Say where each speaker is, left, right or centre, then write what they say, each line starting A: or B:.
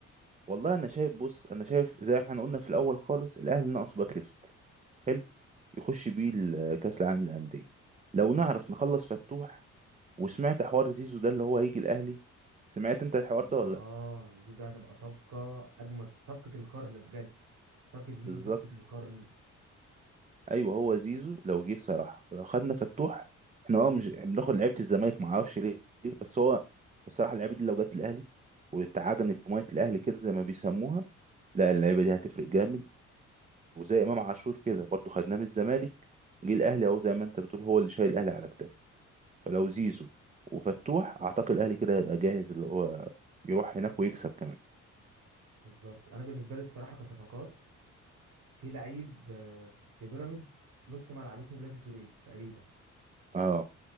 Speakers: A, on the right; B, on the right.
A: والله انا شايف بص انا شايف زي ما احنا قلنا في الاول خالص الاهلي ناقصه باك ليفت حلو يخش بيه ال- آه، كاس العالم للانديه لو نعرف نخلص فتوح وسمعت حوار زيزو ده اللي هو هيجي الاهلي سمعت انت الحوار ده ولا
B: اه
A: لا
B: زيزو ده هتبقى صفقه اجمد صفقه القرن بجد صفقه زيزو
A: بالظبط
B: دي صفقه القرن
A: ايوه هو زيزو لو جه الصراحه ولو خدنا فتوح احنا اه مش بناخد لعيبه الزمالك ما اعرفش ليه بس هو الصراحه اللعيبه دي لو جت الاهلي واتعجنت بميه الاهلي كده زي ما بيسموها لا اللعيبه دي هتفرق جامد وزي امام عاشور كده برضه خدناه من الزمالك جه الاهلي اهو زي ما انت بتقول هو اللي شايل الاهلي على كتافه فلو زيزو وفتوح اعتقد الاهلي كده هيبقى جاهز اللي هو يروح هناك ويكسب كمان
B: بالظبط انا بالنسبه لي الصراحه كصفقات في لعيب آه، في بيراميدز نص ملعب اسمه بلاتي توريه تقريبا
A: اه اه